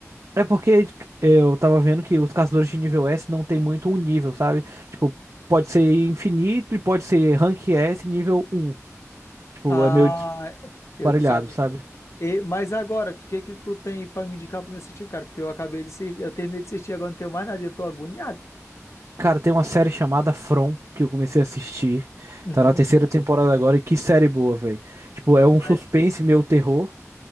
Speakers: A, on the right; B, on the left.
A: É porque eu tava vendo que os caçadores de nível S não tem muito um nível, sabe? Tipo, pode ser infinito e pode ser rank S nível um. Tipo,
B: Ah,
A: é meio desparelhado,
B: eu não sabia
A: sabe?
B: disso. E, mas agora, o que que tu tem pra me indicar pra me assistir, cara? Porque eu acabei de assistir, eu terminei de assistir, agora não tenho mais nada, e eu tô agoniado.
A: Cara, tem uma série chamada From que eu comecei a assistir.
B: Uhum.
A: Tá na terceira temporada agora e que série boa, velho. Tipo, é um
B: Mas
A: suspense meio terror.